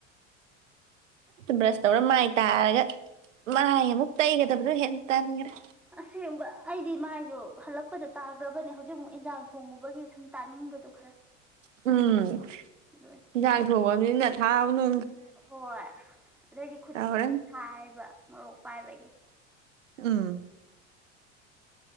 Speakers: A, on the right (about 85°); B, in the centre.
A: ꯕ꯭ꯔꯁ ꯇꯧꯔ ꯃꯥꯏ ꯇꯥꯔꯒ ꯃꯥꯏ ꯑꯃꯨꯛ ꯇꯩꯒꯗꯕꯗꯣ ꯍꯦ ꯇꯟꯈ꯭ꯔꯦ
B: ꯑꯁꯦꯡꯕ ꯑꯩꯗꯤ ꯃꯥꯏꯗꯣ ꯍꯜꯂꯛꯄꯗ ꯇꯥꯈ꯭ꯔꯕꯅꯦ ꯍꯧꯖꯤꯛ ꯃꯨꯛ ꯏꯟꯖꯥꯡ ꯊꯣꯡꯉꯨꯕꯒꯤ ꯁꯨꯝ ꯇꯥꯅꯤꯡꯕꯗꯨ ꯈꯔ
A: ꯎꯝ
B: ꯑꯗꯨꯅꯦ
A: ꯌꯦꯟꯁꯥꯡ ꯊꯣꯡꯕꯅꯤ ꯅ ꯊꯥꯎꯅ
B: ꯍꯣꯏ ꯑꯗꯩꯗꯤ ꯈꯨꯠꯨꯁꯨ
A: ꯇꯧꯔꯅꯤ
B: ꯁꯥꯏꯕ ꯃꯔꯣꯔꯣꯛ ꯄꯥꯏꯕꯒꯤ
A: ꯎꯝ